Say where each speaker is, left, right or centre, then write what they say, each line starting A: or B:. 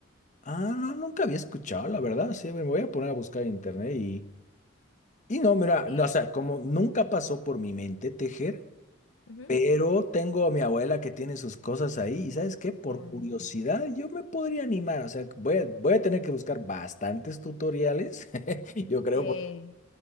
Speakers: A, on the left; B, on the left.
A: Ah, no, nunca había escuchado, la verdad. Sí, me voy a poner a buscar en internet y... Y no, mira,
B: Eh,
A: no, o sea, como nunca pasó por mi mente tejer.
B: ujú.
A: Pero tengo a mi abuela que tiene sus cosas ahí y ¿sabes qué? Por
B: Ah,
A: curiosidad yo me podría animar, o sea, voy a, voy a tener que buscar bastantes tutoriales, <laughs> yo creo,
B: eh,
A: porque